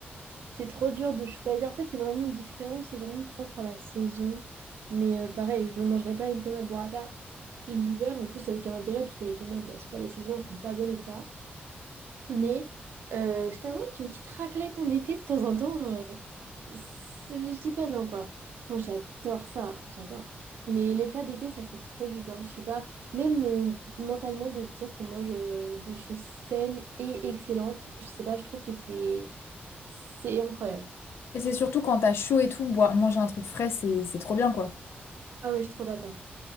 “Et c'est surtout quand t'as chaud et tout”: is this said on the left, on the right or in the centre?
Left